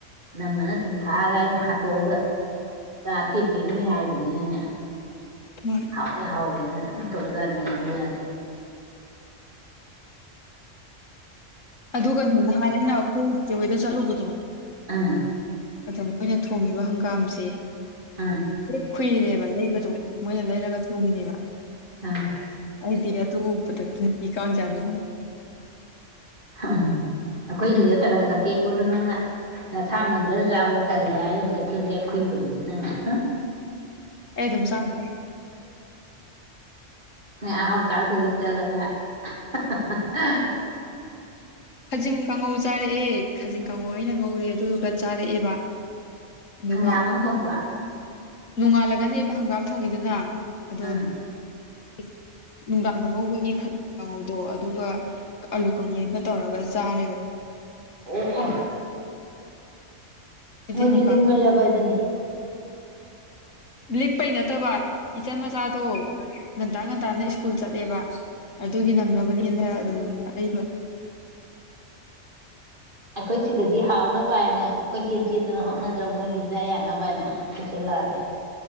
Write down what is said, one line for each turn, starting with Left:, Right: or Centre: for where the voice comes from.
Right: ꯅꯝꯃꯅ ꯊꯨꯝ ꯅꯊꯥꯛꯑꯒ ꯑꯩꯅ ꯍꯥꯠꯇꯣꯛꯑꯒ <unintelligible> ꯍꯥꯏꯕꯅꯤꯅꯅꯦ
Left: ꯍꯣꯏ
Right: ꯍꯥꯎꯏ ꯍꯥꯎꯏꯅ ꯑꯗꯨꯝ ꯇꯧꯕꯖꯠꯅꯤ ꯌꯥꯗꯦ
Left: ꯑꯗꯨꯒꯅꯦ ꯉꯍꯥꯟ ꯑꯩꯅ ꯂꯥꯛ ꯑꯩꯈꯣꯏꯆꯦꯍꯣꯏꯗ ꯆꯠꯂꯨꯕꯗꯣ
Right: ꯑꯥ
Left: ꯑꯗꯣ ꯑꯩꯅ ꯊꯣꯡꯉꯤꯕ ꯍꯪꯒꯥꯝꯁꯦ
Right: ꯑꯪ
Left: ꯂꯣꯏ ꯈꯨꯏꯔꯦꯕ ꯂꯩꯕꯗꯨꯨ ꯃꯣꯏꯅ ꯂꯩꯔꯒ ꯊꯣꯡꯉꯤꯅꯦꯕ
Right: ꯑꯪ
Left: ꯑꯩꯗꯤ ꯑꯗꯨ ꯎꯕꯗ ꯑꯗꯨꯗꯤ <unintelligible>
Right: ꯑꯥꯥ ꯑꯈꯣꯏꯒꯤꯗꯨꯅ ꯇꯒꯠ - ꯇꯒꯠ <unintelligible> ꯅꯪꯅ ꯅꯁꯥ ꯃꯟꯖꯔ ꯆꯥꯔꯣ꯫ ꯇꯜꯂꯦ ꯍꯥꯏꯔꯤꯕ ꯀꯩꯊꯦꯜꯗꯩ ꯑꯈꯨꯏꯕꯗꯨꯗꯤ ꯅꯪ ꯍꯥ꯫
Left: ꯑꯩ ꯑꯗꯨꯝ ꯆꯥꯗ꯭ꯔꯦ꯫
Right: ꯉꯥ ꯑꯍꯥꯎ ꯆꯥꯗꯨꯅꯤ꯫ ꯆꯜꯂꯒ ꯍꯥ ꯍꯥ ꯍꯥ
Left: ꯈꯥꯖꯤꯡ ꯀꯥꯡꯉꯧ ꯆꯥꯔꯛꯑꯦ ꯈꯥꯖꯤꯡ ꯀꯥꯡꯉꯧ ꯑꯩꯅ ꯉꯧꯔꯦ ꯑꯗꯨꯗꯨꯒ ꯆꯥꯔꯛꯑꯦꯕ꯫ ꯑꯗꯨꯒ
Right: ꯍꯪꯒꯥꯝ ꯑꯃ ꯊꯣꯡꯕ꯫
Left: ꯅꯣꯡꯉꯥꯜꯂꯒꯅꯦꯕ ꯍꯪꯒꯥꯝ ꯊꯣꯡꯉꯤꯗꯨꯅ꯫ ꯑꯗꯣ
Right: ꯑꯥ
Left: <unintelligible> ꯅꯨꯡꯗꯥꯡꯗ ꯉꯧꯕꯒꯤ ꯈ ꯀꯥꯡꯉꯧꯗꯣ ꯑꯗꯨꯒ ꯑꯂꯨ ꯀꯪꯃꯦꯠ ꯑꯝꯒ ꯇꯧꯔꯒ ꯆꯥꯔꯦꯕ꯫
Right: ꯑꯣ ꯑꯣ
Left: ꯍꯥꯏꯗꯤ
Right: ꯃꯣꯏꯗꯤ
Left: ꯍꯪꯒꯥꯝ
Right: ꯂꯤꯛꯃꯜꯂꯕꯗꯨꯅꯤ꯫
Left: ꯂꯤꯛꯄꯩ ꯅꯠꯇꯕ ꯏꯆꯟ ꯃꯆꯥꯗꯣ ꯉꯟꯇꯥ ꯉꯟꯇꯥꯅ ꯁ꯭ꯀꯨꯜ ꯆꯠꯂꯦꯕ ꯑꯗꯨꯒꯤ ꯅꯪꯅꯕꯅꯦꯅ ꯑꯗꯨꯝ ꯑꯔꯩꯕ
Right: ꯑꯩꯈꯣꯏ ꯁꯤꯗꯗꯤ ꯍꯥꯎꯅꯕ ꯍꯥꯏꯅ ꯀꯣꯏꯆꯦꯟ ꯆꯦꯟꯗꯅ ꯍꯣꯠꯅꯗꯅ ꯃꯣꯏꯒꯤ ꯆꯥ ꯌꯥꯅꯕ ꯍꯥꯏꯅ ꯑꯩꯈꯣꯏ ꯆꯦ ꯂꯥꯛꯑꯗꯤ꯫